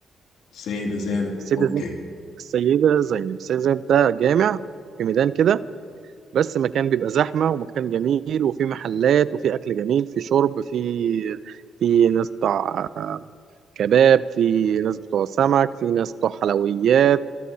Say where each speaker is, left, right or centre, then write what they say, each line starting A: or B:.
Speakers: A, on the left; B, on the right.
A: سيدة زينب
B: السيده
A: اوكي
B: زينب السيده زينب السيده زينب ده جامع في ميدان كده بس مكان بيبقى زحمه ومكان جميل وفي محلات وفي اكل جميل في شرب في في ناس بتاع كباب في ناس بتوع سمك في ناس بتوع حلويات